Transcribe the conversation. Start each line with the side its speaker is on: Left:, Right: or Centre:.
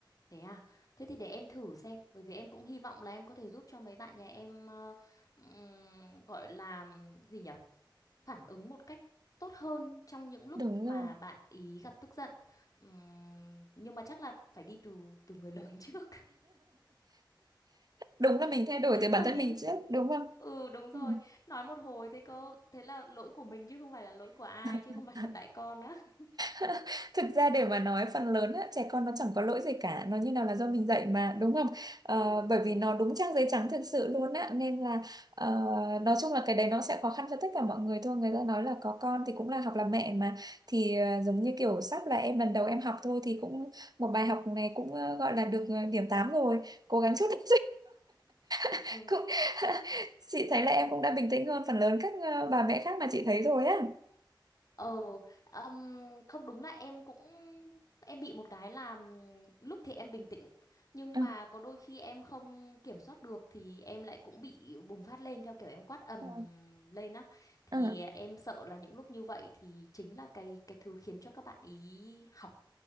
Left: Thế à? Thế thì để em thử xem, bởi vì em cũng hy vọng là em có thể giúp cho mấy bạn nhà em ờ, ừm, gọi là gì nhở Phản ứng một cách tốt hơn trong những lúc
Right: đúng
Left: mà
Right: rồi
Left: bạn ý gặp tức giận. Ừm, nhưng mà chắc là phải đi từ từ người lớn <laughs> trước.
Right: đúng là mình thay đổi từ bản
Left: Quay
Right: thân
Left: đi.
Right: mình trước đúng không
Left: Ừ đúng rồi,
Right: Ừ.
Left: nói một hồi thế cô, thế là lỗi của mình chứ không phải là lỗi của ai chứ
Right: <laughs>
Left: không phải là tại con á. <laughs>
Right: <laughs> Thực ra để mà nói phần lớn á, trẻ con nó chẳng có lỗi gì cả nó như nào là do mình dạy mà đúng không Ờ,
Left: Ừ
Right: bởi
Left: ừ.
Right: vì nó đúng trang giấy trắng thực sự luôn á nên là ờ, nói chung là cái đấy nó sẽ khó khăn cho tất cả mọi người thôi người ta nói là có con thì cũng là học làm mẹ mà thì ờ, giống như kiểu sắp là em lần đầu em học thôi thì cũng một bài học này cũng ờ, gọi là được ờ, điểm 8 rồi cố gắng chút nữa <laughs>
Left: Ừ.
Right: cũng <laughs> chị thấy là em cũng đã bình tĩnh hơn phần lớn các ờ, bà mẹ khác mà chị thấy rồi á
Left: Ờ, ừm, không đúng là em cũng em bị một cái là ừm, lúc thì em bình tĩnh nhưng
Right: Ừ.
Left: mà có đôi khi em không kiểm soát được thì em lại cũng bị bùng phát lên theo kiểu em quát ầm
Right: Ừ.
Left: lên á thì
Right: Ừ.
Left: em sợ là những lúc như vậy thì chính là cái cái thứ khiến cho các bạn ý học.